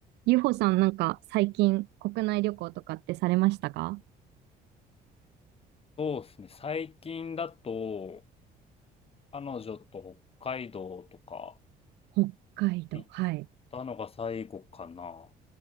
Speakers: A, on the right; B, on the left.
A: ゆうほさんなんか最近国内旅行とかってされましたか
B: そうですね。最近だと、彼女と北海道とか
A: 北海道。
B: 行っ
A: はい。
B: たのが最後かな。